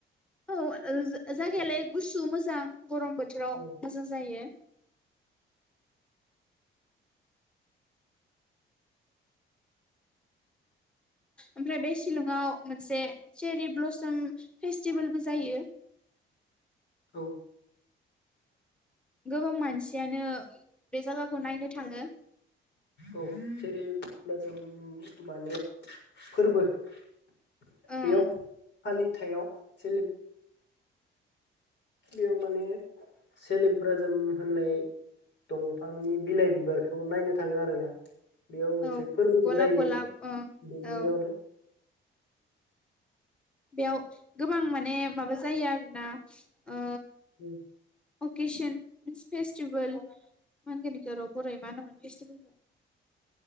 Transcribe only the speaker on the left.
औ
औ
औ जेरैब्ला जों माने फोरबो बेयाव
खालि हुथायाव सेले बेयाव माने सलिब्राजोम होननाय दंफांनि बिलाइ बिबारखौ नायनो थाङो आरो ना। बेयाव मोनसे
फोरबोबो
जाहायो
दुब्लि
आव नो <inaudible>
उम